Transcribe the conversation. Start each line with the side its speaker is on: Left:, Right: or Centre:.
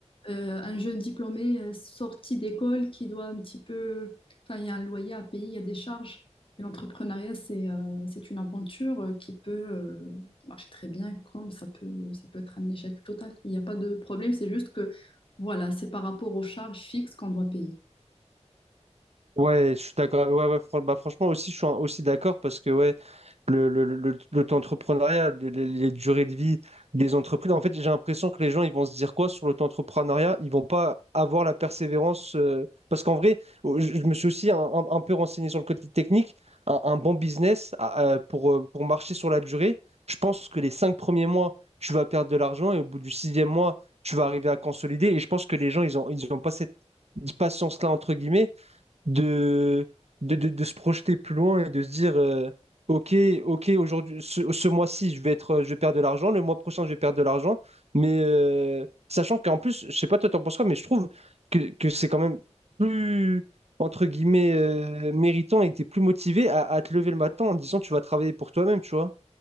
Left: euh, un jeune diplômé euh, sorti d'école qui doit un petit peu, enfin, il y a un loyer à payer, il y a des charges. Et l'entrepreneuriat, c'est euh, c'est une aventure euh, qui peut euh, marcher très bien, comme ça peut, ça peut être un échec total. Il n'y a pas de problème, c'est juste que, voilà, c'est par rapport aux charges fixes qu'on doit payer.
Right: Ouais, je suis d'accord. Ouais, ouais, fran- bah, franchement, aussi, je suis un- aussi d'accord parce que ouais, le, le, le, l'auto-entrepreneuriat, le- le- les durées de vie des entreprises. En fait, j'ai l'impression que les gens, ils vont se dire quoi sur l'auto-entrepreneuriat? Ils vont pas avoir la persévérance. euh, Parce qu'en vrai, euh, je je me suis aussi un, un- un peu renseigné sur le côté technique. Un, un bon business à- à- pour, euh, pour marcher sur la durée, je pense que les cinq premiers mois, tu vas perdre de l'argent et au bout du sixième mois, tu vas arriver à consolider. Et je pense que les gens, ils ont, ils ont pas cette patience-là, entre guillemets de, de, de, de se projeter plus loin et de se dire euh, ok ok aujourd'hui ce, ce mois-ci je vais être je vais perdre de l'argent le mois prochain je vais perdre de l'argent mais euh, sachant qu'en plus je sais pas toi t'en penses quoi mais je trouve que, que c'est quand même plus entre guillemets euh, méritant et t'es plus motivé à, à te lever le matin en disant tu vas travailler pour toi-même tu vois